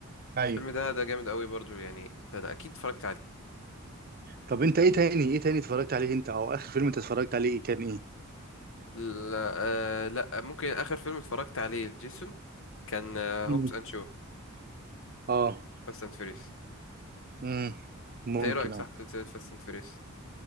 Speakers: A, on the right (about 45°); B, on the left (about 60°).
A: ايوه
B: الفيلم ده ده جامد قوي برضو يعني ده, ده أكيد اتفرجت عليه
A: طب انت ايه تاني ايه تاني اتفرجت عليه انت او اخر فيلم انت اتفرجت عليه ايه كان ايه
B: لا, آه لا ممكن آخر فيلم اتفرجت عليه لجيسون كان
A: امم
B: هوبس أند شو
A: اه
B: فاست أند فيريس
A: امم ممكن
B: أنت إيه رأيك
A: اه
B: صح في سلسلة فاست أند فيريس